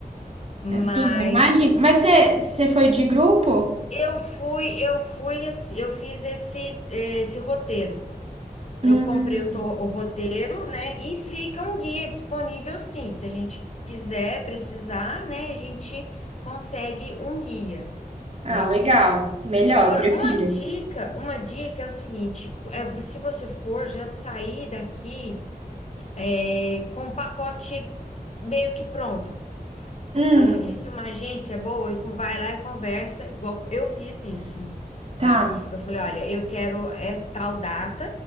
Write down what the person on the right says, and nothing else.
Assim, eu imagino. Mas você você foi de grupo?
Hum.
Ah,
legal. Melhor,
eu prefiro.
Hum,
tá.